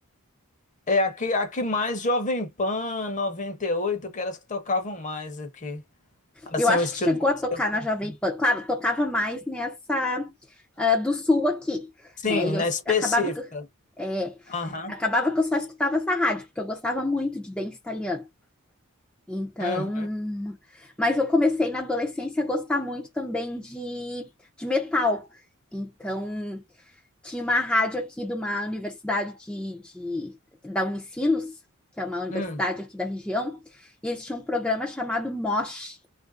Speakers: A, on the left; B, in the centre.
A: É aqui, aqui mais Jovem Pan 98 que eram as que tocavam mais aqui. Assim,
B: Eu acho
A: o estilo
B: que chegou
A: de música
B: a tocar
A: que eu curti.
B: na Jovem Pan. Claro, tocava mais nessa ah, do sul aqui,
A: Sim,
B: né? E eu
A: na específica.
B: acabava que é,
A: Aham.
B: acabava que eu só escutava essa rádio, porque eu gostava muito de dance italiano. Então,
A: Hum,
B: mas eu comecei na adolescência a gostar muito também de, de metal. Então, tinha uma rádio aqui de uma universidade de, de- da Unicinos, que é uma universidade
A: hum,
B: aqui da região, e eles tinham um programa chamado Mosh,